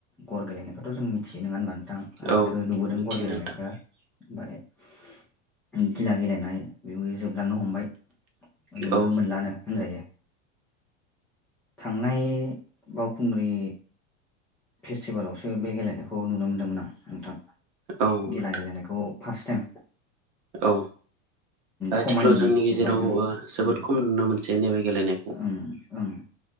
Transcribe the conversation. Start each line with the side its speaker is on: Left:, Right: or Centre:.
Centre: गर गेलेनायखौथ' जों मिथियो नङा होनबा थां आं
Right: औ
Centre: बेखौ नुबोदों
Right: मिथियो
Centre: गर गेलेनायखौ
Right: नोंथां
Centre: ओमफाय गिला गेलेनाय बेबो जोबलांनो हमबाय नुनो
Right: औ
Centre: मोनलानो होनजायो थांनाय बावखुंग्रि फेस्टिभेलावसो बे गेलेनायखौ नुनो मोन्दोंमोन आं नोंथां
Right: औ नोंथां
Centre: गेला गेलेनायखौ फार्स्ट टाइम
Right: औ आथिखालाव
Centre: खमायनो मोन
Right: जोंनि
Centre: हमबाय
Right: गेजेराव
Centre: ओं
Right: जोबोद
Centre: उम
Right: खम नुनो मोनसे नैब गेलेनायखौ
Centre: ओं ओं